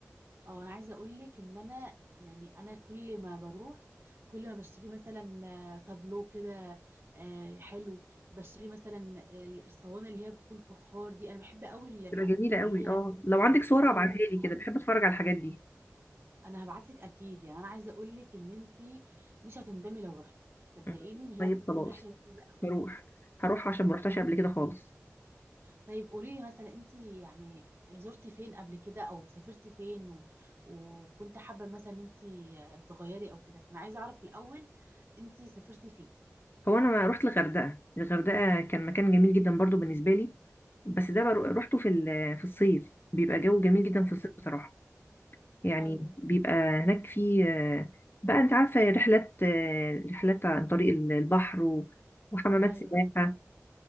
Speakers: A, on the right; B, on the left.
A: اه انا عايزه اقول لك ان انا يعني انا كل ما بروح كل ما بشتري مثلا آه، تابلو كده آه، حلو بشتري مثلا آه، الصواني اللي هي بتكون فخار دي انا بحب قوي الحاجات
B: بتبقى جميله
A: اللي
B: قوي
A: هي
B: اه لو عندك صور
A: اه
B: ابعتها لي
A: فخار
B: كده بحب اتفرج على الحاجات دي
A: انا هبعت لك اكيد يعني انا عايزه اقول لك ان انت مش هتندمي لو رحتي صدقيني
B: مم.
A: ان هي
B: طيب
A: تكون
B: خلاص
A: رحله لذيذه قوي
B: هروح هروح عشان ما رحتش قبل كده خالص
A: طيب قولي لي مثلا انت يعني زرتي فين قبل كده او سافرتي فين و... وكنت حابة مثلا انت تغيري او كده فانا عايزة اعرف الاول انت سافرتي فين
B: هو انا رحت الغردقه الغردقه كان مكان جميل جدا برضو بالنسبه لي بس ده برو- روحته في ال- في الصيف بيبقى جو جميل جدا
A: مم.
B: في الصيف بصراحه يعني
A: ايوه
B: بيبقى هناك في آه، بقى انت عارفه رحلات آه، رحلات عن طريق ال- البحر و- وحمامات
A: ايوه
B: سباحه